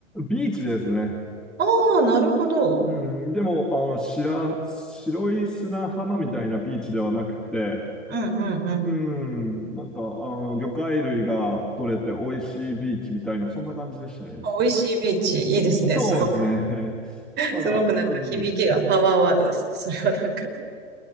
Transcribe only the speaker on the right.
ああー、なるほど。
うんうんうん。
あ美味しいビーチ、いいですね。
すごく、
すごくなんか響きがパワーワードですね。
それはなんか。